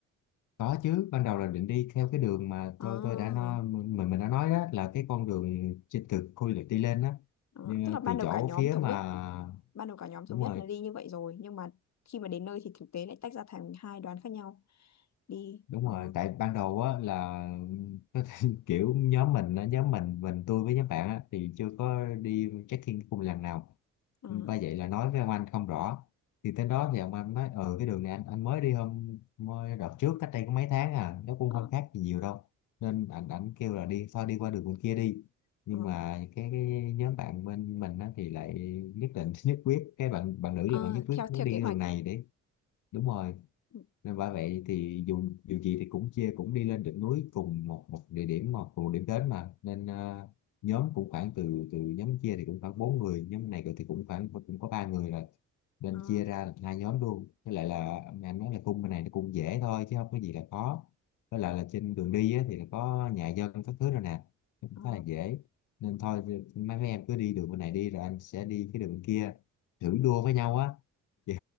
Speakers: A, on the left (about 85°); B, on the left (about 65°).
A: Có chứ, ban đầu là định đi theo cái đường mà
B: À,
A: tôi tôi đã nói mình mình đã nói đó là cái con đường trên từ khu du lịch đi lên đó.
B: à,
A: Nhưng
B: tức là ban
A: từ
B: đầu
A: chỗ
B: cả nhóm
A: phía
B: thống
A: mà
B: nhất, ban đầu cả nhóm thống
A: đúng
B: nhất
A: rồi,
B: là đi như vậy rồi, nhưng mà khi mà đến nơi thì thực tế lại tách ra thành hai đoàn khác nhau đi.
A: đúng
B: Ờ,
A: rồi, tại ban đầu á là <laughs> kiểu nhóm mình á, nhóm mình mình tôi với nhóm bạn á thì chưa có đi trekking cùng lần nào.
B: ờ,
A: ba vậy là nói với ông anh không rõ thì tới đó thì ông anh nói ừ cái đường này anh anh mới đi hôm mới đợt trước cách đây có mấy tháng à nó cũng
B: ờ,
A: không khác gì nhiều đâu nên anh ảnh kêu là đi thôi đi qua đường bên kia đi nhưng
B: ờ.
A: mà cái, cái nhóm bạn bên mình á, thì lại nhất định <laughs> nhất quyết cái bạn bạn nữ
B: Ờ,
A: là bạn nhất quyết
B: theo
A: muốn
B: theo
A: đi
B: kế
A: cái
B: hoạch.
A: đường này để đúng rồi
B: Ừ,
A: nên bởi vậy thì dù dù gì thì cũng chia cũng đi lên được núi cùng một một địa điểm một cùng một điểm đến mà nên ờ, nhóm cũng khoảng từ từ nhóm chia thì cũng khoảng bốn người nhóm này thì cũng khoảng cũng có ba người rồi nên
B: Ờ,
A: chia ra làm hai nhóm luôn với lại là anh anh nói là cung bên này nó cũng dễ thôi chứ không có gì là khó với lại là trên đường đi á, thì là có nhà dân các thứ rồi nè cũng
B: ờ,
A: khá là dễ nên thôi thì mấy mấy em cứ đi đường bên này đi rồi anh sẽ đi cái đường kia thử đua với nhau á <laughs> Chứ,